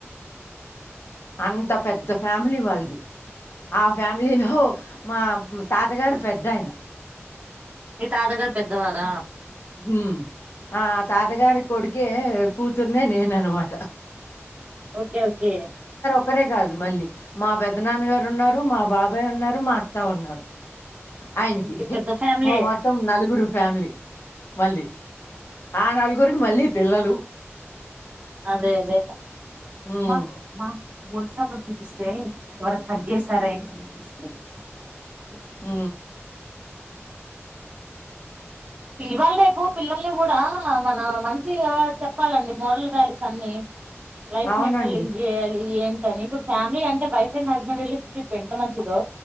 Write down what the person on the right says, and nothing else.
ఈ తాతగారు పెద్దవారా
ఓకే ఓకే
ఓకే పెద్ద ఫ్యామిలీ
అదే అదే
మా మా బోత్ షాపులు చూపిస్తీ ఇవాలా కట్ చేసారా ఏంటి అని తెలిసింది అ
ఇవాళ రేపు పిల్లల్ని కూడా మన మంచిగా చెప్పాలండి మోారల్ వ్యాల్యూస్ అన్నిీ వైఫ్
నెట్ పోయింది ఏ ఇ ఏంటని ఇప్పుడు ఫ్యామిలీ అంటే వైఫ్ అండ్ హస్బెండ్ రిలేషన్షిప్ ఎంత మంచిదో